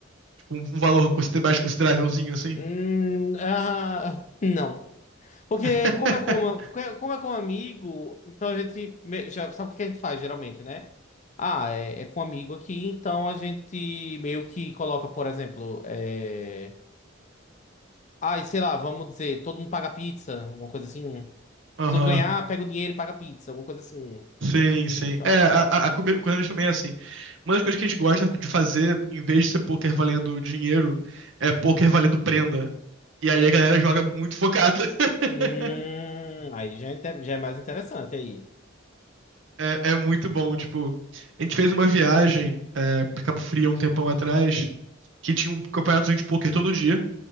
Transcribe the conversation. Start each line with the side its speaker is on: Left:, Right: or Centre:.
Right: Tipo, um um valor consider- mais considerávelzinho assim?
Left: Hum, ah, não. Porque
Right: <laughs>
Left: como é com, como é com um amigo, então a gente me- já sabe o que a gente faz geralmente, né? Ah, é, é com um amigo aqui, então a gente meio que coloca, por exemplo, é. Ai, sei lá, vamos dizer, todo mundo paga pizza, alguma coisa assim.
Right: Aham.
Left: A pessoa ganhar, pega o dinheiro e paga pizza, alguma coisa assim.
Right: Sim, sim.
Left: Então,
Right: É, a, a, a comi- quando a gente também é assim. Uma das coisas que a gente gosta de fazer, em vez de ser poker valendo dinheiro, é poker valendo prenda. E aí a galera joga muito focada. <laughs>
Left: hum, aí já é, inte- já é mais interessante aí.
Right: É, é muito bom, tipo, a gente fez uma viagem é, pra Cabo Frio há um tempão atrás, que tinha um campeonato de pôquer todo dia,